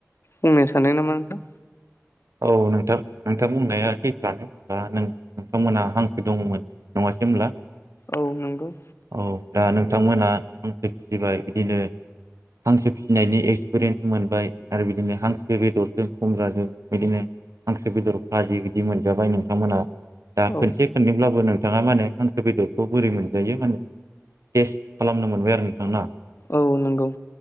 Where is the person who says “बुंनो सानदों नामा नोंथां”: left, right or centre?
Left